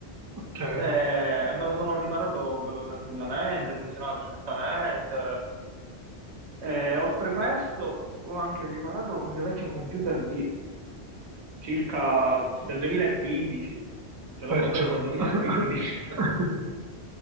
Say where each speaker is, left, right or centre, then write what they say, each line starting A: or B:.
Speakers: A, on the right (about 35°); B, on the right (about 75°).
A: ok,
B: Eh, e me lo sono riparato bello tranquillamente, funzionava perfettamente. Eh, oltre questo, ho anche riparato un mio vecchio computer di circa del 2015, che l'ho
A: perciò.
B: comprato nel 2015.
A: <laughs>